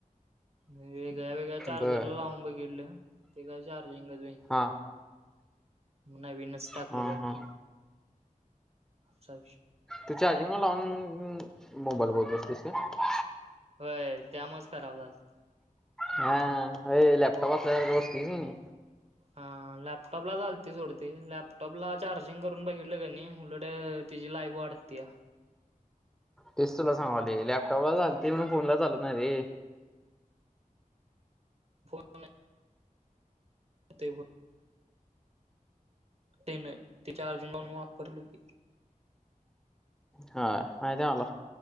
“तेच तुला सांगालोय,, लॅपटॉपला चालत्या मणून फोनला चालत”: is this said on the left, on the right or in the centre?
Centre